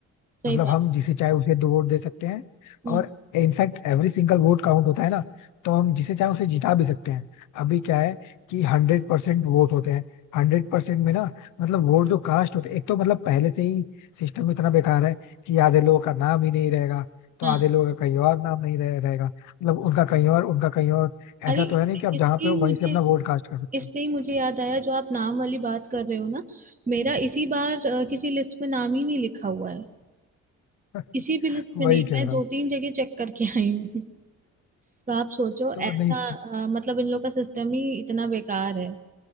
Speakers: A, on the right (about 25°); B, on the left (about 90°).
A: सही
B: मतलब
A: बात
B: हम जिसे चाहे उसे दो वोट दे सकते हैं
A: हम्म
B: और in fact every single vote count होता है ना तो हम जिसे चाहे उसे जिता भी सकते हैं अभी क्या है कि हंड्रेड परसेंट वोट होते हैं हंड्रेड परसेंट में ना मतलब वोट जो कास्ट होते हैं एक तो मतलब पहले से ही सिस्टम इतना बेकार है कि आधे लोगों का नाम ही नहीं रहेगा तो
A: हाँ
B: आधे लोगों का कहीं और नाम नहीं रहे, रहेगा मतलब उनका कहीं और उनका कहीं और
A: अरे
B: ऐसा
A: इससे
B: तो है नहीं कि आप जहाँ
A: इससे
B: पे
A: ही
B: हो वहीं
A: मुझे
B: से अपना वोट कास्ट कर सकते
A: इससे
B: हो
A: ही मुझे याद आया जो आप नाम वाली बात कर रहे हो ना मेरा इसी बार अ, किसी लिस्ट में नाम ही नहीं लिखा हुआ है
B: <laughs>
A: किसी भी लिस्ट
B: वही
A: में नहीं
B: कह
A: मैं
B: रहा
A: दो
B: हूँ
A: तीन जगह चेक करके आई हूँ <laughs> तो आप सोचो
B: तो
A: ऐसा
B: नहीं
A: अ, मतलब इन लोग का सिस्टम ही इतना बेकार है